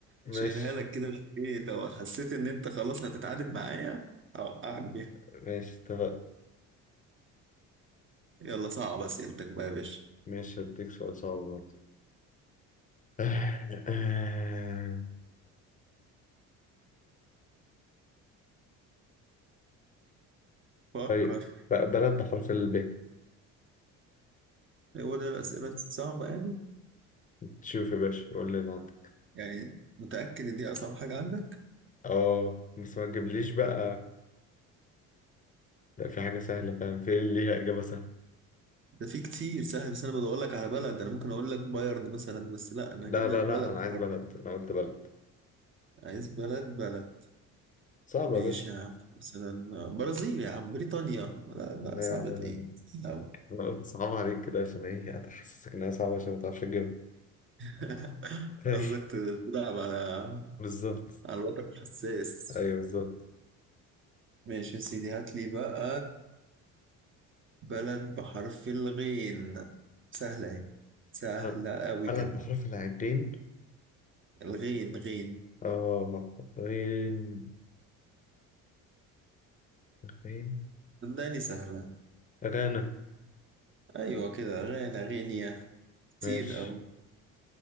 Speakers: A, on the left (about 20°); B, on the right (about 30°).
A: ماشي
B: شايلها لك كده ايه لو حسيت ان انت خلاص هتتعادل معايا هوقعك بيها
A: ماشي اتفق
B: يلا صعب اسئلتك بقى يا باشا
A: ماشي هديك سؤال صعب برضه <laughs> آه، آه.
B: فكر
A: طيب ب- بلد بحرف الب
B: هو ده الاسئله الصعبه يعني
A: شوف يا باشا قول لي اللي عندك
B: يعني متاكد ان دي اصعب حاجه عندك
A: اه بس ما تجيبليش بقى لا في حاجة سهلة فاهم في ليها إجابة سهلة
B: ده في كتير سهل بس انا بدور لك على بلد انا ممكن اقول لك بايرن مثلا بس لا انا
A: لا
B: هجيب
A: لا
B: لك بلد
A: لا أنا عايز
B: حرف.
A: بلد أنا قلت بلد
B: عايز بلد بلد
A: صعبة
B: ماشي
A: يا
B: يا عم مثلا برازيل يا عم بريطانيا لا لا
A: باشا
B: صعبة ايه لا.
A: أنا أقول صعب عليك كده عشان إيه أتحسسك إنها صعبة عشان ما تعرفش تجيبها
B: <laughs>
A: <laughs> طيب
B: قصدك تلعب على
A: بالظبط
B: على الوتر الحساس
A: أيوه بالظبط
B: ماشي يا سيدي هات لي بقى بلد بحرف الغين سهلة اهي سهلة
A: طب،
B: أوي
A: بلد
B: كمان
A: بحرف العين
B: الغين غين
A: آه غين غين
B: صدقني سهلة
A: غانا
B: أيوة كده غانا غينيا كتير
A: ماشي
B: أوي